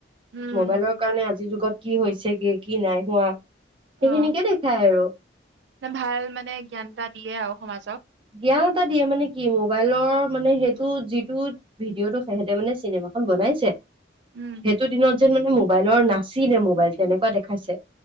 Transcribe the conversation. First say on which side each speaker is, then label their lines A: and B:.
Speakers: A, on the right; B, on the right.
A: উম
B: মোবাইলৰ কাৰণে আজিৰ যুগত কি হৈছে কি কি নাই হোৱা সেইখিনিকে
A: অ
B: দেখাই আৰু
A: ভাল মানে জ্ঞান এটা দিয়ে আৰু সমাজক
B: জ্ঞান এটা দিয়ে মানে কি মোবাইলৰ মানে সেইটো যিটো ভিডিঅ'টো সিহেঁতে মানে চিনেমাখন বনাইছে
A: উম
B: এইটো দিনত যেন মানে মোবাইলৰ নাচি নে মোবাইল তেনেকুৱা দেখাইছে